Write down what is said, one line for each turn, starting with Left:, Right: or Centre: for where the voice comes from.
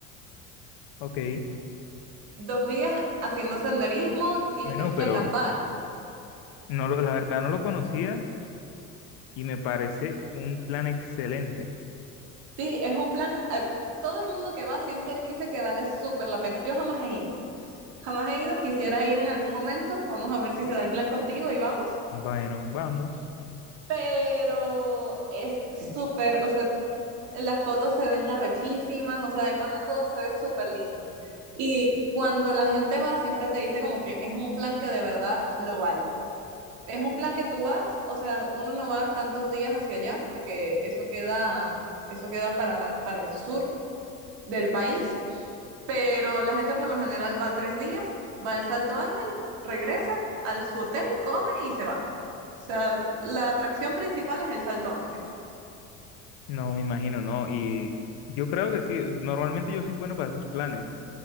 Left: Ok,
Right: Dos días haciendo senderismo, tienes
Left: bueno, pero
Right: que acampar.
Left: no lo, la verdad no lo conocía y me parece un plan excelente.
Right: Sí, es un plan. a- Todo el mundo que va siempre dice que vale súper la pena. Yo jamás he ido. Jamás he ido, quisiera ir en algún momento. Vamos a ver si se da el plan contigo y vamos.
Left: Bueno, vamos.
Right: pero es súper, o sea, las fotos se ven arrechísimas, o sea, de pana todo se ve súper lindo. Y cuando la gente va, siempre te dice como que es un plan que de verdad lo vale. Es un plan que tú vas, o sea, uno no va tantos días hacia allá porque eso queda, eso queda para, para el sur del país. Pero la gente por lo general va tres días, va al Salto Ángel, regresa al su hotel, come y se va. O sea, la atracción principal es el Salto Ángel.
Left: No, me imagino, no. Y yo creo que sí, normalmente yo soy bueno para esos planes,